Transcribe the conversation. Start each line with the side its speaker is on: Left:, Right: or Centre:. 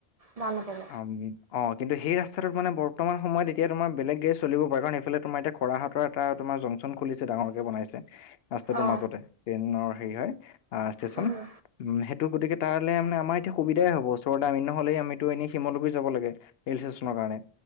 Right: ভাল নাপাব
Left: আমি। অ', কিন্ত সেই ৰাস্তাটো মানে বৰ্তমানয়ত এতিয়া তোমাৰ বেলেগ গাড়ী চলিব পাৰে কাৰ সেইফালে তোমাৰতিয়া খ হঁতৰ তোমাৰ জংচন খুলিছে ডাঙৰকে বনাইছে। ৰাস্তাটোৰ
Right: অ
Left: মাজতে ট্ৰেইনৰ হেৰি হয় ষ্টেচন
Right: উম
Left: ত গতিক তাৰ মে আম এতিয়া সুবিধাই হব ওচৰ আম নহলেই আমিতো এনে শিমলু যাব লাগে। ৰেল ষ্টেচনৰ কাৰণে